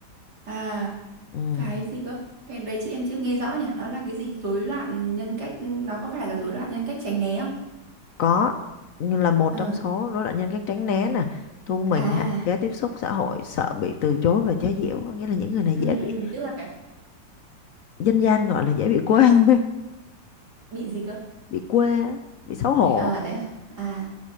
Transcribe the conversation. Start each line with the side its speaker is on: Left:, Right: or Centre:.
Right: À
Left: ừ.
Right: Cái gì cơ? Cái đấy chị em chưa nghe rõ nhỉ? Nó là cái gì? Rối loạn nhân cách, nó có phải là rối loạn nhân cách tránh né không?
Left: có như là một
Right: Ờ.
Left: trong số rối loạn nhân cách tránh né nè thu mình
Right: À,
Left: hạn chế tiếp xúc xã hội sợ bị từ chối và chế giễu có nghĩa là những người này
Right: ừ,
Left: dễ
Right: ừ,
Left: bị
Right: tức là cái
Left: dân gian gọi là dễ bị quê <laughs>
Right: bị gì cơ?
Left: bị quê á, bị xấu hổ
Right: À, đấy à? À,